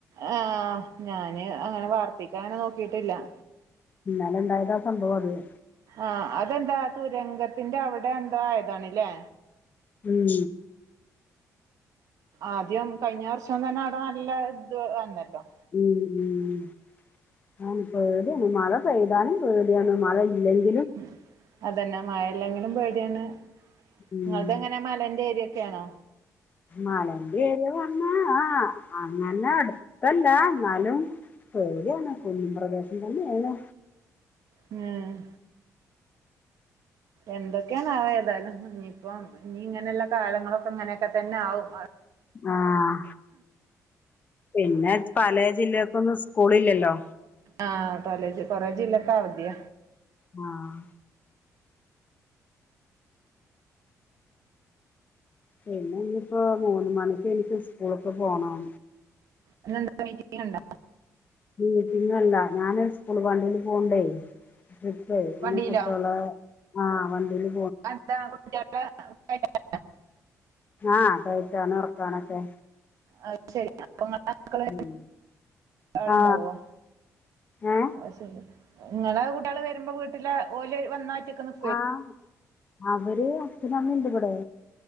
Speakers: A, on the right (about 70°); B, on the left (about 30°).
A: ആഹ് ഞാന് അങ്ങന വർത്തെക്ക അങ്ങന നോക്കിട്ടില്ല-
B: ഇന്നലെ ഇണ്ടായത സംഭവം അത് -
A: ആഹ് അതെന്താ തുരങ്കത്തിന്റെ അവിടെ എന്തോ ആയതാണല്ലേ?
B: ഉം.
A: ആദ്യം കഴിഞ്ഞ വർഷം തന്ന അവ്ട നല്ല ഇത് വന്നല്ലോ-
B: ഉം ഉം ആണ് പേടിയാണ് മഴ പെയ്താലും പേടിയാണ് മഴ ഇല്ലെങ്കി
A: ഉം അതന്നെ മഴല്ലെങ്കിലും പേടിയാണ്
B: ഉം
A: നിങ്ങളത് എങ്ങന നെ മലേന്റെ ഏരിയൊക്കെ ആണോ?
B: മലേന്റെര് വന്ന ആ അങ്ങന അടുത്തല്ല എന്നാലും പേടിയാണ് കുന്നും പ്രദേശം തന്നെയാണ്
A: മ്മ് എന്തൊക്കെയാണാവ്വോ ഏതാലും ഇനിയിപ്പം ഇനി ഇങ്ങനൊള്ള കാലങ്ങളൊക്കെ ഇങ്ങനെയൊക്കെ തന്നെ ആകും
B: ആഹ് പിന്നെ പലേ ജില്ലകക്കൊന്നും സ്കൂള്ല്ലല്ലോ
A: ആഹ് പലേ ജി കൊറേ ജില്ലക്കവതിയ
B: ആഹ് പിന്നെ ഇനിയിപ്പോ മൂന്ന് മണിക്ക് എനിക്ക് സ്കൂൾക്ക് പോണം
A: ഇന്നെന്ത്ത മീറ്റിങ് ഒണ്ടോ
B: മീറ്റിങ്ങല്ല ഞാന് സ്കുള് വണ്ടീല് പോവ്ണ്ടെ ട്രിപ്പെ
A: വണ്ടിയിലോ
B: ഈ കുട്ടികളെ ആഹ് വണ്ടീല്
A: അതെന്താ കുട്ടികളെ <inaudible>
B: ആഹ് കെയറ്റാനും എറക്കാനൊക്കെ
A: അത് ശരി അപ്പമക്കളെടുത്ത്
B: ഉം
A: ആള്ണ്ടാവോ
B: ആ ഏ
A: ആ ശരി നിങ്ങള കുട്ടികള് വരുമ്പോ വീട്ടില് ഓല് വന്നാ ഒറ്റക്ക്നിക്ക്
B: ആഹ് അവര് അച്ഛനമ്മെണ്ടിവിടെ